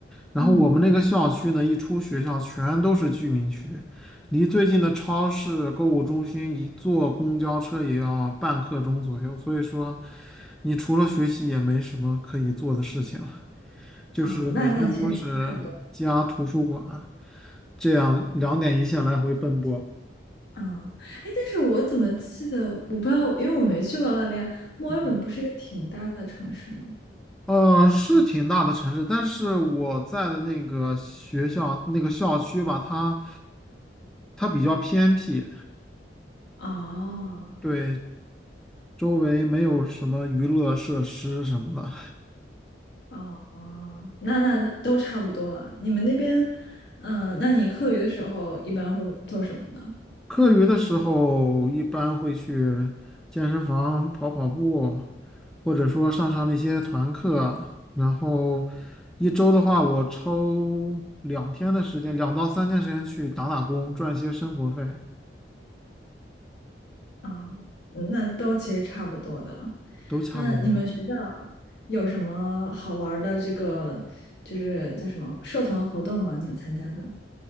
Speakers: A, in the centre; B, on the left (about 70°).
A: 然后我们那个校区呢，
B: 嗯，
A: 一出学校全都是居民区，离最近的超市、购物中心一坐公交车也要半刻钟左右。所以说，你除了学习也没什么可以做的事情了就是每天都是家、
B: 啊，那那其实挺差不多。
A: 图书馆这样两点一线来回奔波。
B: 啊，哎，但是我怎么记得，我不知道，因为我没去过澳大利亚。墨尔本不是一个挺大的城市吗？
A: 嗯。呃，是挺大的城市，但是我在的那个学校那个校区吧，它它比较偏僻，
B: 哦，
A: 对，周围没有什么娱乐设施什么的。
B: 哦，哦，那那都差不多了。你们那边，嗯、那你课余的时候一般会做什么呢？
A: 课余的时候，一般会去健身房跑跑步，或者说上上那些团课。然后一周的话，我抽两天的时间，两到三天时间去打打工，赚一些生活费，
B: 啊、嗯那都其实差不多的。
A: 都差不多。
B: 那你们学校有什么好玩儿的这个，就是叫什么社团活动吗？你有参加的？